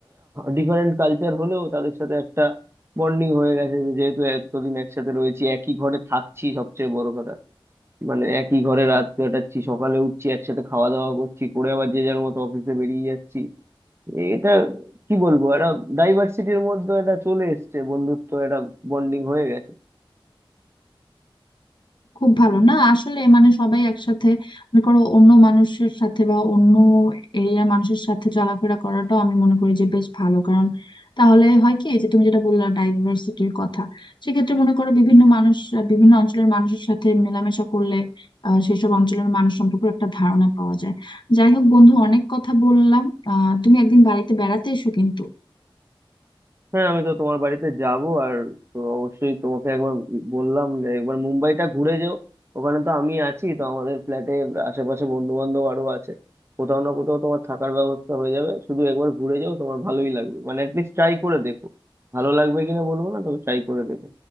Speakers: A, on the right (about 30°); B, on the left (about 60°).
A: ডিফারেন্ট কালচার হলেও তাদের সাথে একটা বন্ডিং হয়ে গেছে যেহেতু এতদিন একসাথে রয়েছি একই ঘরে থাকছি সবচেয়ে বড় কথা মানে একই ঘরে রাত কাটাচ্ছি সকালে উঠছি একসাথে খাওয়া দাওয়া করছি করে আবার যে যার মতো অফিসে বেরিয়ে যাচ্ছি এটা কি বলবো একটা ডাইভার্সিটির মধ্যে এটা চলে এসছে বন্ধুত্ব একটা বন্ডিং হয়ে গেছে
B: খুব ভালো না আসলে মানে সবাই একসাথে মনে করো অন্য মানুষের সাথে বা অন্য এরিয়ার মানুষের সাথে চলাফেরা করাটাও আমি মনে করি যে বেশ ভালো কারণ তাহলে হয় কি যে তুমি যেটা বললা ডাইভার্সিটির কথা সেক্ষেত্রে মনে করো বিভিন্ন মানুষ বিভিন্ন অঞ্চলের মানুষের সাথে মেলামেশা করলে আহ, সেসব অঞ্চলের মানুষ সম্পর্কে একটা ধারণা পাওয়া যায় যাই হোক বন্ধু অনেক কথা বললাম আহ তুমি একদিন বাড়িতে বেড়াতে এসো কিন্তু
A: হ্যাঁ আমি তো তোমার বাড়িতে যাব আর তো অবশ্যই তোমাকে একবার বললাম যে একবার মুম্বাইটা ঘুরে যাও ওখানে তো আমি আছি তো আমাদের ফ্ল্যাটের আশেপাশে বন্ধু বান্ধব আরো আছে কোথাও না কোথাও তোমার থাকার ব্যবস্থা হয়ে যাবে শুধু একবার ঘুরে যাও তোমার ভালোই লাগবে মানে অ্যাটলিস্ট ট্রাই করে দেখো ভালো লাগবে কিনা বলবো না তবে ট্রাই করে দেখো